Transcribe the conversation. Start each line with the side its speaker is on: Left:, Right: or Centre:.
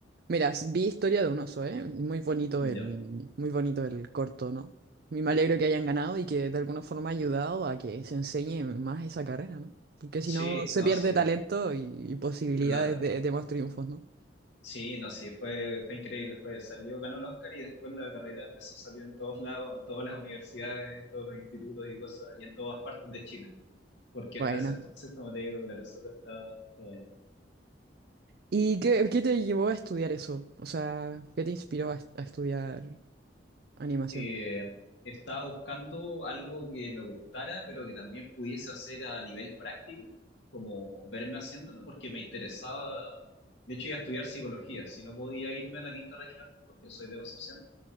Right: Mira, s- vi Historia de un oso, ¿eh? Muy bonito
Left: Ya.
Right: el, muy bonito el corto, ¿no? Y me alegro que hayan ganado y que de alguna forma ha ayudado a que se enseñe más esa carrera, ¿no? Porque si
Left: Sí,
Right: no, se
Left: no,
Right: pierde
Left: sí,
Right: talento y, y posibilidades
Left: claro.
Right: de, de más triunfos, ¿no?
Left: Sí, no, sí, fue, fue increíble. Fue, salió, ganó el Oscar y después la carrera empezó a salir en todos lados, en todas las universidades, en todos los institutos y cosas, y en todas partes de Chile. Porque
Right: Buena.
Left: hasta ese entonces, como te digo, claro, solo estaba, estaba ahí.
Right: ¿Y qué, qué te llevó a estudiar eso? O sea, ¿qué te inspiró a, a estudiar? Animación.
Left: Eh, estaba buscando algo que me gustara, pero que también pudiese hacer a nivel práctico, como verme haciéndolo, porque me interesaba. De hecho, iba a estudiar psicología. Si no podía irme a la quinta región, porque yo soy de Concepción,